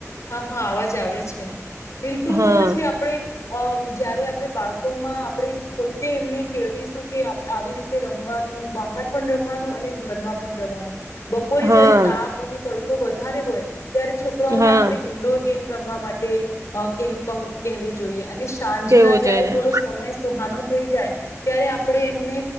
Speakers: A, on the left; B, on the right.
A: હા હા આવાજ જાવે છે બિલકુલ
B: હા
A: તો પછી આપણે અ જયારે આપણે બાળકોમાં આપણે પોતે એમને કેળવીશું કે અપ આવી રીતે રમવાનું બહાર પણ ર <unintelligible> અને ઘરમાં પણ રવાનું. બપોરે
B: હા
A: જયારે તાપ અને તડકો વધારે હોય ત્યારે છોકરાઓને
B: હા
A: આપ ડોર ગેમ રમવા માટે અ કે કહ કહેવું જોઈએ અને સાંજ
B: કેવું
A: ના જયારે
B: જોઈએ
A: થોડો સમય સુહાનો થઈ જાય ત્યારે આપણે એમને